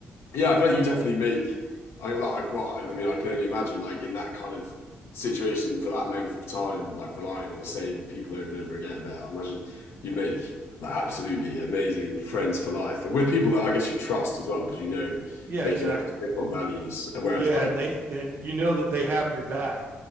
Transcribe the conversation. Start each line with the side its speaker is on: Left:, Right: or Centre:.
Left: Yeah, I feel like you definitely make. I like. Well, I I mean, I can only imagine like in that kind of situation for that length of time, like relying on the same people over and over again. There, I imagine you'd make like absolutely amazing friends for life, and with people that I guess you trust as well, because you know
Right: Yeah,
Left: they
Right: exactly.
Left: can actually they've got values. Whereas,
Right: Yeah,
Left: like,
Right: and they and you know that they have your back.